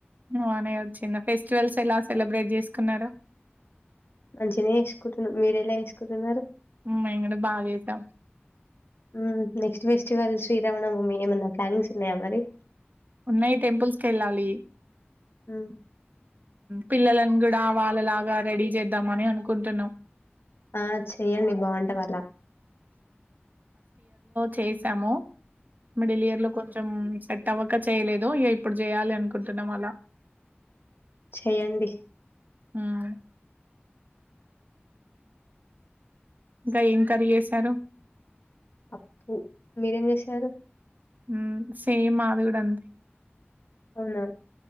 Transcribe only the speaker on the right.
నువ్వనే వచ్చింద. ఫెస్టివల్స్ ఎలా సెలబ్రేట్ చేస్కున్నారు.
ఉమ్, మేము కూడా బాగా చేసాం
ఉన్నాయ్ టెంపుల్స్ కెళ్ళాలి.
పిల్లలన్ గూడా వాళ్ళలాగా రెడీ చేద్దాం మని అనుకుంటున్నాం.
చేసాము. మిడిలియర్ లో కొంచెం. ఏట్ అవక. చేయలేదు ఇక ఇప్పుడు చేయాలి అనుకుంటున్నాం అలా.
ఉమ్ ఇంకా ఏం కర్రి చేసారు.
ఊ సేమ్ మాది గుడా అంతే.